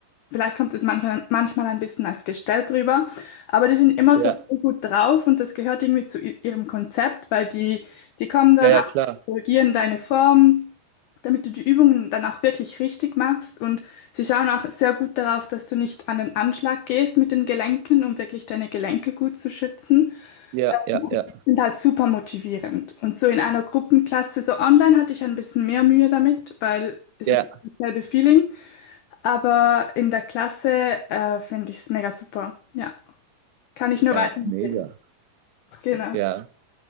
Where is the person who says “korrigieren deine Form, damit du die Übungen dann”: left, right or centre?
Left